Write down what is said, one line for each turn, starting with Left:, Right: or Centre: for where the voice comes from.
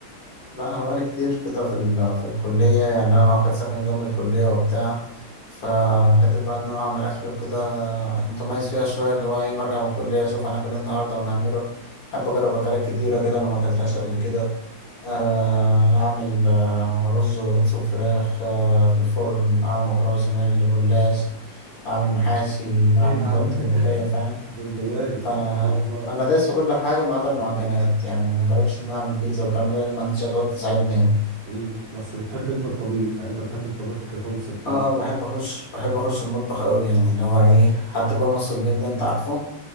Left: لا أنا بقالي كتير كده في ال... في الكلية يعني أنا واخد سكن جنب الكلية وبتاع فحتة بقى إن أنا أعمل أكل وكده متميز فيها شوية اللي هو إيه برجع من الكلية أشوف هناكل إيه النهاردة ونعمله أحب أجرب أكلات كتيرة كده أنا ما أكلتهاش قبل كده آه، أعمل آه، رز وبطاطس وفراخ آه، في الفرن أعمل مكرونة بشاميل بلاش أعمل محاشي أعمل
Right: ايه يا
Left: بط
Right: عم <laughs>
Left: ملوخية فاهم
Right: ده انت دايس
Left: ف
Right: ما شاء الله
Left: انا دايس في كل حاجه ما عدا المعجنات
Right: اه
Left: يعني ما جربتش ان أنا اعمل بيتزا والكلام ده لان ما عنديش ادوات تساعدني هنا
Right: امم بس بتحب انت الطبيخ يعني انت بتحب الطبيخ ككونسبت
Left: اه
Right: لا
Left: بحب اخش بحب اخش المطبخ قوي يعني اللي هو ايه حتى جوه نص الليل ده انت عارفه